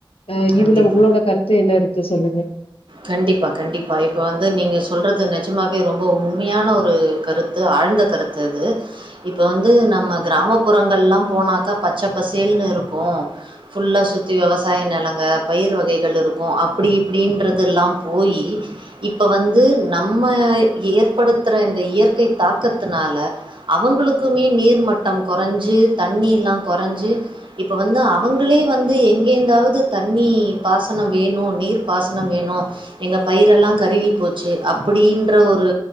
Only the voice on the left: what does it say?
அ
இதுல உங்ளோட கருத்து என்ன இருக்கு சொல்லுங்க